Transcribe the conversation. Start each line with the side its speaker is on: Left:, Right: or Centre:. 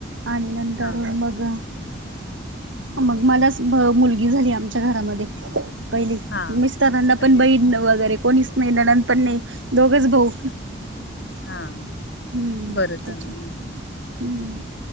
Right: आणि नंतर
Left: हा
Right: मग मग मला मुलगी झाली आमची घरामध्ये पहि
Left: हा
Right: मिस्टरांना
Left: पहिली
Right: पण बहिण
Left: लक्ष्मी
Right: वगैरे
Left: आहे.
Right: कोणीच नाही नणंद पण नाही दोघच भाऊ
Left: हां हां
Right: हम्म
Left: बरं झालं
Right: त्याच्या हम्म